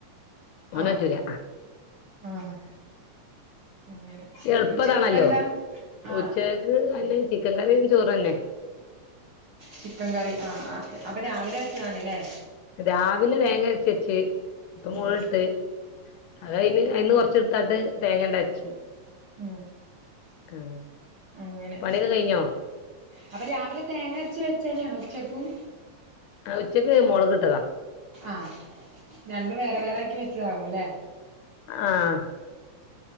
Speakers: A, on the left; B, on the right.
A: ഓന്
B: ആഹ്
A: പറ്റൂല
B: ആഹ് അങ്ങനെ
A: എപ്പതാണല്ലോ
B: ഉച്ചക്കൊക്കെ എന്താ ആഹ്
A: ഉച്ചക്ക് അന്നെ ചിക്കൻ കറിയും ചോറും തന്നെ
B: ചിക്കൻ കറി ആ അപ്പൊ രാവിലെ വെച്ചതണല്ലേ
A: രാവിലെ തേങ്ങ അച്ച വെച്ച് ഇപ്പൊ മുളകിട്ട്
B: ഉം
A: അത അതിന് അതിന്ന് കൊറച്ച എടുത്തായിട്ട് തേങ്ങയുടെ അച്ചി
B: ഉം
A: ആ
B: അങ്ങനെ
A: പണിയൊക്കെ കഴിഞ്ഞോ
B: അപ്പൊ രാവിലെ തേങ്ങരച്ച വെച്ച തന്നെയാണ് ഉച്ചക്കും
A: ആ ഉച്ചയ്ക്ക് മുളക് കിട്ടതാ
B: ആഹ രണ്ട വേറെ വേറെ ആക്കി വെച്ചതാവുംല്ലേ
A: ആഹ